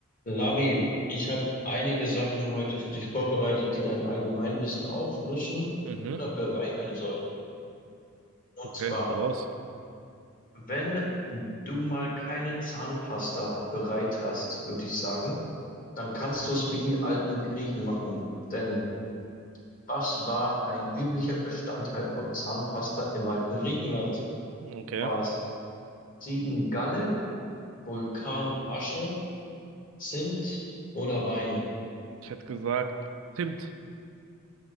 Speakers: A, on the left (about 45°); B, on the right (about 70°).
A: Lavi, ich habe einige Sachen heute für dich vorbereitet, die dein Allgemeinwissen auffrischen
B: Mhm.
A: oder bereichern sollen. Und
B: Okay,
A: zwar,
B: hau raus.
A: wenn du mal keine Zahnpasta bereit hast, würde ich sagen, dann kannst du es wie die alten Griechen machen. Denn was war ein üblicher Bestandteil von Zahnpasta im alten Griechenland?
B: Okay.
A: War es Ziegengalle, Vulkanasche, Zimt oder Wein?
B: Ich hätte gesagt, Zimt.